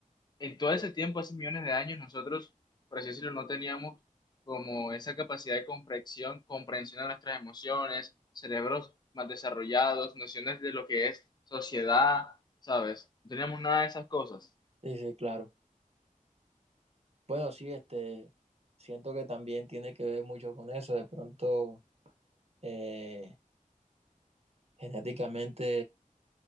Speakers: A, on the left; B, on the right.
A: en todo ese tiempo, hace millones de años, nosotros, por así decirlo, no teníamos como esa capacidad de comprensión, comprensión de nuestras emociones, cerebros más desarrollados, nociones de lo que es sociedad, ¿sabes? No teníamos nada de esas cosas.
B: Dice, claro. Bueno, sí, este, siento que también tiene que ver mucho con eso, de pronto... eh, genéticamente